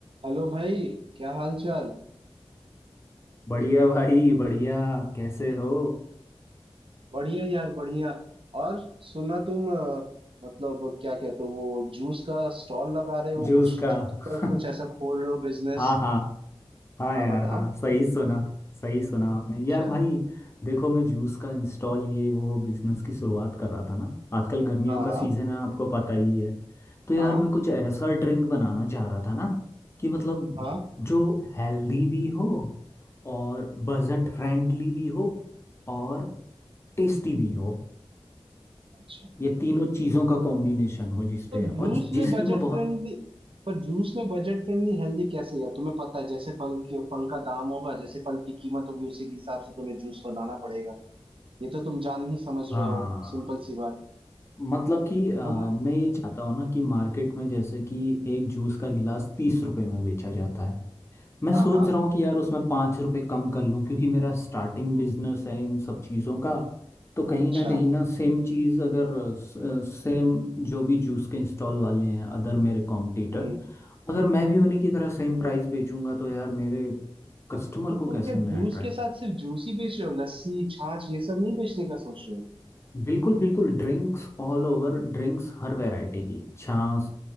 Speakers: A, on the right; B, on the left.
A: हेलो भाई क्या हाल चाल
B: बढ़िया भाई बढ़िया कैसे हो
A: बढ़िया यार बढ़िया और सुना तुम अ, मतलब क्या कहते हो वो जूस का स्टॉल लगा रहे हो
B: जूस
A: कुछ
B: का
A: जूस
B: <laughs>
A: का कुछ ऐसा खोल रहे हो बिजनेस
B: हाँ हाँ हाँ
A: हाँ
B: यार
A: बताओ
B: हाँ सही सुना सही सुना आपने
A: अच्छा
B: यार भाई देखो मैं जूस का इंस्टॉल ये वो बिजनेस की शुरुआत कर रहा था ना आजकल गर्मियों
A: हाँ
B: का
A: हाँ
B: सीजन है आपको पता ही है तो यार
A: हाँ
B: मैं कुछ ऐसा ड्रिंक बनाना चाह रहा था ना कि मतलब
A: हाँ
B: जो हेल्दी भी हो और बजट फ्रेंडली भी हो और टेस्टी भी हो
A: अच्छा
B: ये तीनों चीज़ों का कॉम्बिनेशन हो जिसपे
A: तो
B: और
A: जूस में
B: जिसकी
A: बजट
B: मैं बहुत
A: फ्रेंडली पर जूस में बजट फ्रेंडली हेल्दी कैसे यार तुम्हें पता है जैसे फल के फल का दाम होगा जैसे फल की कीमत होगी उसी के हिसाब से तुम्हें जूस बनाना पड़ेगा ये तो तुम जान ही समझ रहे
B: हाँ
A: हो सिंपल सी बात
B: मतलब कि अ,
A: है ना
B: मैं ये चाहता हूँ ना कि मार्केट में जैसे कि एक जूस का गिलास तीस रुपए में बेचा जाता है मैं
A: हाँ
B: सोच
A: हाँ
B: रहा हूँ कि यार उसमें पाँच रुपए कम कर लूँ क्योंकि मेरा स्टार्टिंग बिजनेस है इन सब चीज़ों का तो कहीं
A: अच्छा
B: ना कहीं ना सेम चीज़ अगर सेम जो भी जूस के स्टॉल वाले हैं अदर मेरे कॉम्पिटिटर
A: हम्म
B: अगर मैं भी उन्हीं की तरह सेम प्राइस बेचूंगा तो यार मेरे कस्टमर
A: और
B: को
A: तुम
B: कैसे
A: क्या
B: मैं
A: जूस
B: अट्रैक्ट
A: के साथ सिर्फ जूस ही बेच रहे हो लस्सी छाछ ये सब नहीं बेचने का सोच रहे हो
B: बिल्कुल बिल्कुल ड्रिंक्स ऑल ओवर ड्रिंक्स हर वैरायटी की छाछ